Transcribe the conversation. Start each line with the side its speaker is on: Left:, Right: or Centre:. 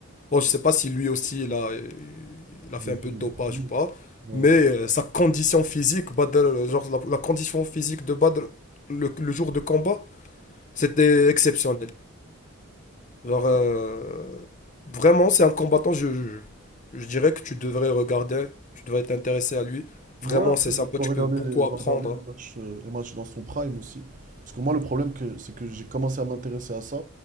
Left: Bon, je sais pas si lui aussi il a, il a
Right: on
Left: fait
Right: étudie
Left: un peu de dopage
Right: des produits.
Left: ou pas,
Right: Ouais.
Left: mais euh, sa condition physique, Badr, euh, genre la, la condition physique de Badr le, le jour de combat, c'était exceptionnel. Genre, euh, vraiment, c'est un combattant, je, je, je dirais que tu devrais regarder, tu devrais t'intéresser à lui.
Right: Ouais,
Left: Vraiment,
Right: après,
Left: c'est sympa,
Right: je dois
Left: tu
Right: regarder
Left: peux beaucoup
Right: les, je
Left: apprendre.
Right: dois regarder les matchs, euh, les matchs dans son prime aussi. Parce que moi, le problème, que, c'est que j'ai commencé à m'intéresser à ça